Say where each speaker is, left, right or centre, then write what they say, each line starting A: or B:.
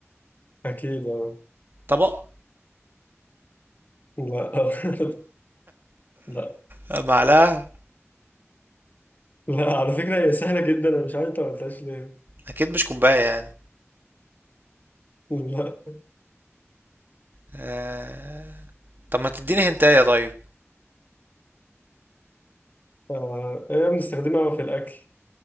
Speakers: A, on the left (about 40°); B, on the right (about 45°).
A: أكيد أه
B: طبق
A: لا <laughs> لا
B: آه، معلقة
A: لا على فكرة هي سهلة جدا أنا مش عارف أنت ما قلتهاش ليه
B: أكيد مش كوباية يعني
A: لا
B: آه، طب ما تديني هنتاية طيب
A: آه، هي بنستخدمها في الأكل